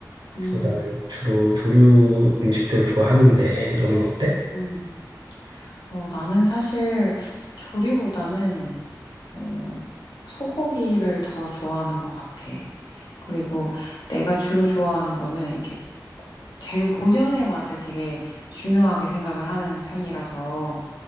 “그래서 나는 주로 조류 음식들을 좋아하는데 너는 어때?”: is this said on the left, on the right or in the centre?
Right